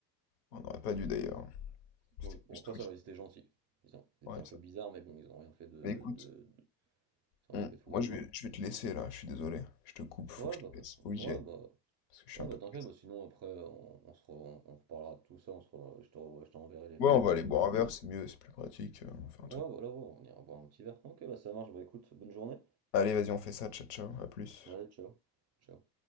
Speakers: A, on the left; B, on the right.
A: On n'aurait pas dû d'ailleurs. C'était
B: Oui, bon,
A: plus
B: après,
A: toi
B: ça
A: qui.
B: va, ils étaient gentils. Ils ont- ils
A: Ouais,
B: étaient un
A: ça.
B: peu bizarres, mais bon, ils ont rien fait de,
A: Mais écoute.
B: de, de- ils ont
A: Hmm.
B: rien fait de fou.
A: Moi,
B: Ouais, dis-moi.
A: je vais, je vais te laisser là, je suis désolé. Je te coupe, faut
B: Ouais,
A: que je
B: bah,
A: te
B: pas
A: laisse.
B: de problème.
A: Faut que j'y
B: Ouais,
A: aille.
B: bah,
A: Parce que je suis
B: ouais,
A: un peu
B: bah, t'inquiète,
A: pressé.
B: bah, sinon, après, on, on se re- on, on reparlera de tout ça. On se re- je te, je t'enverrai les photos
A: Ouais, on va
B: que j'ai,
A: aller boire
B: que j'ai
A: un
B: vues.
A: verre, c'est mieux, c'est plus pratique. euh, on fait
B: Ouais,
A: un truc.
B: voilà, ouais, on ira boire un petit verre. Ok, bah, ça marche. Bah, écoute, bonne journée.
A: Allez, vas-y, on fait ça, ciao, ciao, à plus.
B: Allez, ciao. Ciao.